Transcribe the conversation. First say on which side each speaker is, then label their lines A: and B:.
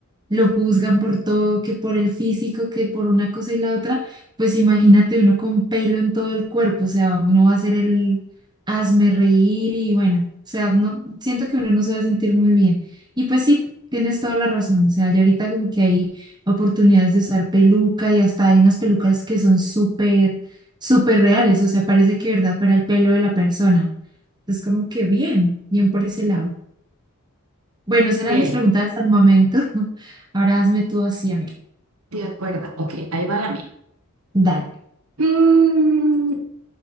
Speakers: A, on the right; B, on the right.
A: lo juzgan por todo, que por el físico, que por una cosa y la otra, pues imagínate uno con pelo en todo el cuerpo, o sea, uno va a ser el hazme reír y bueno, o sea, no, siento que uno no se va a sentir muy bien. Y pues sí, tienes toda la razón, o sea, ya ahorita como que hay oportunidades de usar peluca y hasta hay unas pelucas que son súper, súper reales, o sea, parece que de verdad fuera el pelo de la persona. Es como que bien, bien por ese lado. Bueno, esas
B: Eh,
A: eran mis preguntas hasta el momento. <laughs> Ahora hazme tú así a mí.
B: de acuerdo. Ok, ahí va la mía.
A: Dale.
B: Mm,